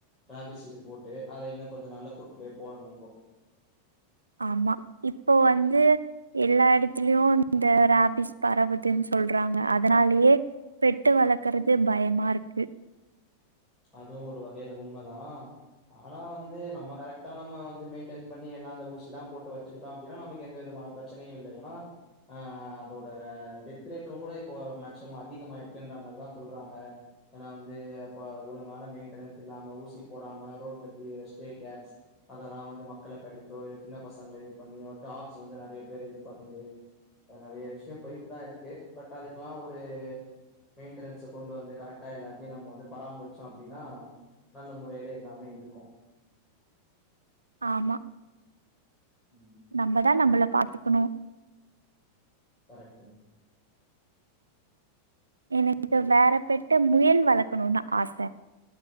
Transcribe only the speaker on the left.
ராபிஸ் இது போட்டு அத இன்னு கொஞ்ச நாள்ல கூப்பிட்டு போய் போடணு இப்போ
அதுவு ஒரு வகையில உண்மதா அனா வந்து நம்ம கரெக்டா நம்ம வந்து மெயின்டென் பண்ணி எல்லா அந்த ஊசிதா போட்டு வச்சுக்கிட்டோ அப்டின்னா நமக்கு எந்த விதமான பிரச்சனையு இல்ல ஏன்னா ஆ அதோட டெத் டேட்டுங் கூட இப்போ மேக்சிமம் அதிகமாயிருக்குன்ற மாரிதா சொல்றாங்க ஏனா வந்து அப்ப ஒழுங் வானோ மெயின்டனன்ஸ் இல்லாம ஊசி போடாம ரோட்ல திரியிற ஸ்டேக் கேர் அதெல்லா வந்து மக்கள கடிச்சோ இல்ல சின்ன பசங்கள இது பண்ணியோ டாக்ஸ் வந்து நறைய பேர இது பண்ணுது நறைய விஷயோ போயிட்டு தா இருக்கு பட் அதுக்லா ஒரு மெயின்டன்ஸ் கொண்டு வந்து கரெக்ட்டா எல்லாத்தையு நம்ம வந்து பராமரிக் சோ அப்டின்னா நல்ல முறையில எல்லாமே இருக்கு
ம்
பட்டு